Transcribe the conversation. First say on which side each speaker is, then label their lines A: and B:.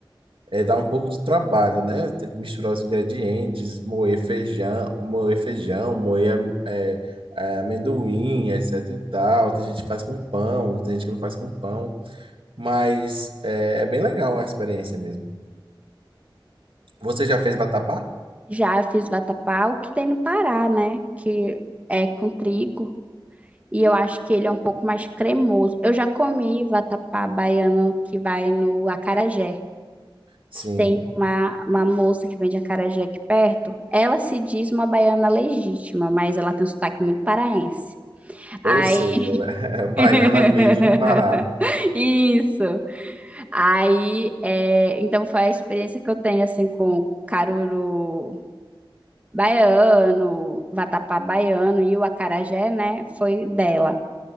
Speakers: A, on the right (about 80°); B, on the right (about 15°).
A: É, dá um pouco de trabalho, né? Tem que misturar os ingredientes, moer feijão, moer feijão, moer é, é, amendoim, etc e tal. Tem gente que faz com pão, tem gente que não faz com pão. Mas é, é bem legal a experiência mesmo. Você já fez vatapá?
B: Já fiz vatapá, o que tem no Pará, né? Que é com trigo. E eu acho que ele é um pouco mais cremoso. Eu já comi vatapá baiano que vai no acarajé.
A: Sim.
B: Tem uma, uma moça que vende acarajé aqui perto. Ela se diz uma baiana legítima, mas ela tem um sotaque muito paraense.
A: Ou
B: Aí,
A: seja, ela <laughs> é baiana
B: <laughs>
A: made in Pará.
B: isso. Aí, é, então foi a experiência que eu tenho, assim, com caruru baiano, vatapá baiano e o acarajé, né? Foi dela.